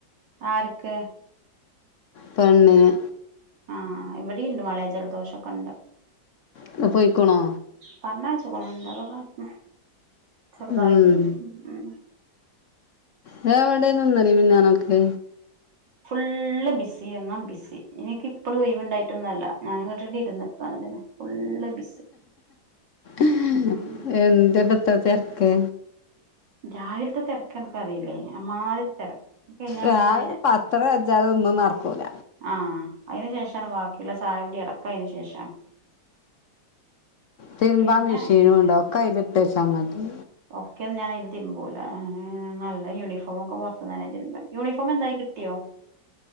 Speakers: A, on the right (about 70°); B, on the left (about 65°).
A: ആർക്ക്
B: പെണ്ണിന്
A: ആഹ് ആഹ് ഇവിടെ ഉണ്ട് മാളെ ജലദോശം ഒക്കെ ഇണ്ട്
B: ഇപ്പം പോയിക്ക്ണോ
A: പറഞ്ഞയിച്ച്ക്ക്ണ് എന്താപ്പം കാട്ട്ണ് ചെറുതായിട്ട്
B: ഉം
A: ഉം
B: നിങ്ങൾ എവിടെണ് ഉള്ളത് പിന്നെ നമുക്ക്
A: ഫുള്ള് ബിസി എന്നാ ബിസി എനിക്ക് ഇപ്പളും ഒഴിവ്ണ്ടായിട്ടൊന്നും അല്ല ഞാന് ഇങ്ങട്ട് ഇരുന്ന്ക്കാണ് ഇതിന് ഫുള്ള് ബിസി
B: എ.
A: ഉം
B: എന്താ ഇപ്പൊ ഇത്ര തെ രക്ക്
A: രാവിലത്തെ തിരക്ക് അനക്ക് അറിയില്ലേ അമ്മാതിരി തിരക്ക് അത് കഴിഞ്ഞാ
B: രാവിലെ
A: പിന്നെ
B: ഇപ്പം അത്ര വയ്യാതെ ഒന്നും നടക്കൂല
A: ആഹ് അതിനു ശേഷാണ് ബാക്കിയുള്ള ചായ കുടി അടക്കം അതിന് ശേഷാണ്
B: തരുമ്പാ
A: പിന്നെ
B: മെഷീനും ഇണ്ട് ഒക്കെ അയില്ട്ടേച്ചാമതി
A: ഓക്കെ ഞാന് അതില് തിരുമ്പൂലാ ഞാന് നല്ല യൂണിഫോമൊക്കെ പൊറത്ത്ന്ന് തന്നെ തിരുമ്പല് യൂണിഫോം എന്തായി കിട്ടിയോ